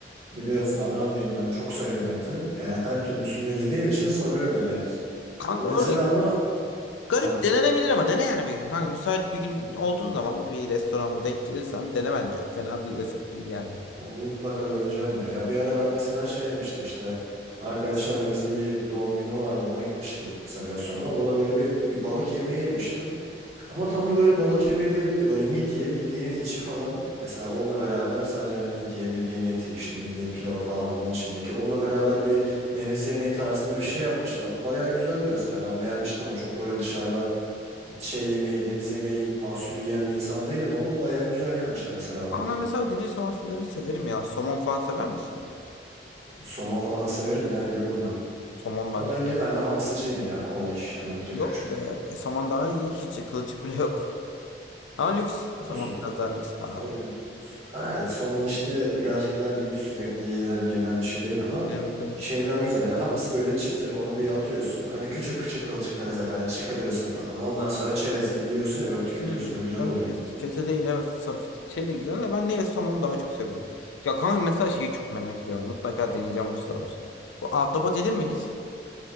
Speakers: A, on the right; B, on the left.
A: biliyorsun Adanalıyım ben çok severim eti. Yani her türlüsünde yediğim için sarıyor beni et.
B: Kanka
A: Ben mesela
B: öyle
A: ama
B: garip
A: ha
B: denenebilir ama dene yani bir gün. Kanka müsait bir gün olduğun zaman bir restoranda denk gelirsen dene bence. Fena bir lezzet değil yani.
A: Onu mutlaka deneyeceğim ya. Ya bir ara ben mesela şey yemiştim işte. Arkadaşlarla bizim bir doğum günü vardı. Ona gitmiştik mesela bir restorana. Orada böyle bir, bir balık yemeği yemiştim. Ama tam da böyle balık yemeği değildi. Böyle midye, midyenin içi falan. Mesela onunla beraber sadece hani midye, midyenin eti işte midye pilavı falan onun içindeki. Onunla beraber bir deniz yemeği tarzında bir şey yapmışlardı. Bayağı güzeldi mesela. Ben beğenmiştim onu. Çok böyle dışarıda şey yemeği, deniz yemeği mahsulü yiyen bir insan değilim ama o bayağı güzel gelmişti mesela bana.
B: Ama ben mesela deniz mahsullerini severim ya. Somon falan sever misin?
A: Somon falan severim ya. Yiyorum ben.
B: Somon
A: Ama
B: bende
A: ben
B: çok
A: genelde hamsiciyim ya. Kolay iş. Hemen direkt
B: yok
A: küçük.
B: be. E, somon daha iyi. Hiç kılçık bile yok. Ama lüks. Somon
A: Olsun.
B: biraz daha lüks pahalı
A: O,
B: ya.
A: Ha, somon işte birazcık daha lüks sürekli yenilen, yenilen bir şey değil ama
B: Evet evet.
A: şey daha güzel ya. Hamsi böyle çıtır onu bir atıyorsun. Hani küçük küçük kılçıkları zaten çıkarıyorsun falan. Ama ondan sonra çerez gibi yiyorsun ya böyle tüketiyorsun.
B: Yani,
A: O güzel
B: yok,
A: oluyor.
B: kes- kötü değil evet saf şey de güzel de ben neye somonu daha çok seviyorum. Ya kanka mesela şeyi çok merak ediyorum. Mutlaka deneyeceğim bu sıralar. Bu ahtapot yedin mi hiç?